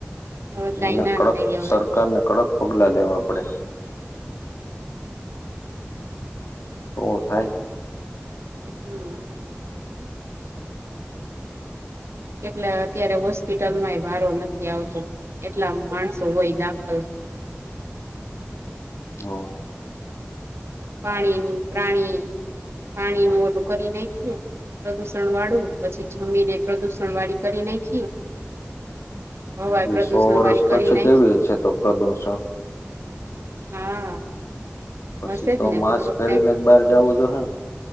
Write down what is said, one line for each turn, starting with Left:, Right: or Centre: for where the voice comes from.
Right: હવે કઈ
Left: એને
Right: ના
Left: કડક
Right: થાય હવે
Left: સરકારને, કડક પગલા લેવા પડે. તો થાય.
Right: હમ. એટલે અત્યારે હોસ્પિટલમાંય વારો નથી આવતો એટલા માણસો હોય દાખલ
Left: હ
Right: પાણી પ્રાણી પાણી નું ઓડું કરી નાખું પ્રદુષણ વાળું પછી જમીને પ્રદુષણ વાળી કરી નાખી હવા
Left: હ
Right: પ્રદુષણ
Left: સો વર્ષ
Right: વાળી
Left: પછી
Right: કરી નાખી
Left: કેવી છે તો પ્રદુષણ??
Right: હા
Left: પછી
Right: હશે
Left: તો
Right: જ ને
Left: માસ્ક
Right: થોડોક
Left: પહેરીને
Right: ટાઈમ
Left: જ બહાર જવું જો હે ને